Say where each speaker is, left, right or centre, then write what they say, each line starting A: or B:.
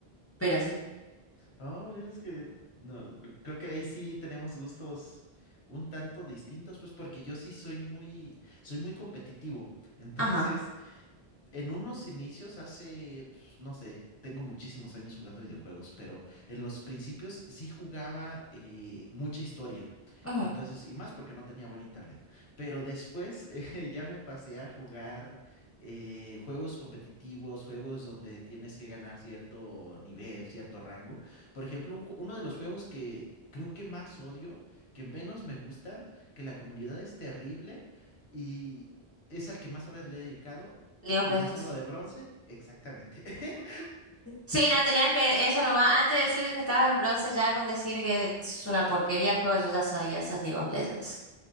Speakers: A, on the left; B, on the left.
A: pero sí.
B: Oh, es que no, no, creo que ahí sí tenemos gustos un tanto distintos, pues porque yo sí soy muy, soy muy competitivo. <laughs> Entonces,
A: Ajá.
B: en unos inicios, hace, pues, no sé, tengo muchísimos años jugando videojuegos, pero en los principios sí jugaba eh, mucha historia.
A: ujú,
B: Entonces, y más porque no tenía buen internet. Pero después <laughs> eh, ya me pasé a jugar eh, juegos competitivos, juegos donde tienes que ganar cierto nivel, cierto rango. Por ejemplo, un ju- uno de los juegos que creo que más odio, que menos me gustan, que la comunidad es terrible y es al que más horas le he dedicado
A: League of
B: y
A: Legends.
B: no salgo de bronce, exactamente. <laughs>
A: Sí, nada, tenías que, eso nomás, antes de decir que estabas en bronce, ya con decir que es una porquería el juego, yo ya sabía, esas League of Legends.